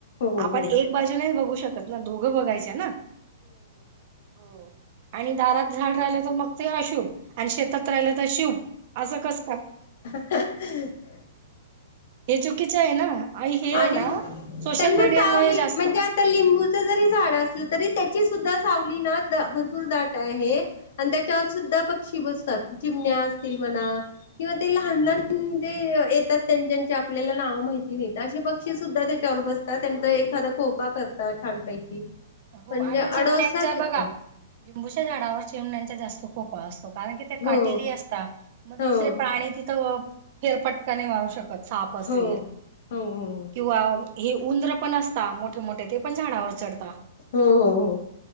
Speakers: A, on the left; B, on the right.
A: हो
B: आपण
A: हो
B: एक बाजू नाही बघू शकतो त ना दोघं बघायच्या ना? हो आणि दारात झाड राहिलं तर मग ते अशुभ. आणि शेतात राहिला तर शुभ. असं कस का?
A: <unintelligible>
B: हे चुकीचं आहे ना आई हे
A: आणि
B: ना सोशल
A: त्यांना
B: मीडियामुळे
A: सावली
B: जास्त
A: म्हणजे आता लिंबूच जरी झाड असलं तरी त्याची सुद्धा सावलीना भरपूर दाट आहे आणि त्याची सुद्धा सावली ना भरपूर दाट आहे आणि त्याच्यावर सुद्धा पक्षी बसतात जिमण्या असतील म्हणा किंवा ते लहान लहान जे येतात त्यांच्या ते आपल्याला नाव माहिती नाहीत असे पक्षी सुद्धा त्याच्यावर बसतात त्यांचा एखादा खोपा करतात छानपैकी
B: हो
A: म्हणजे
B: आणि
A: आडोसा
B: चिमण्यांच्या
A: घेता
B: बघा लिंबूच्या झाडावर चेमण्यांचा जास्त खोपा असतो कारण कि
A: हो
B: ते काटेरी असता मग दुसरे
A: हो
B: प्राणी तिथं फेरफटकाने मारू शकतो साप असेल
A: हो हो हो
B: किंवा हे उंदर पण असता मोठे मोठे ते पण झाडावर चढता
A: हो हो हो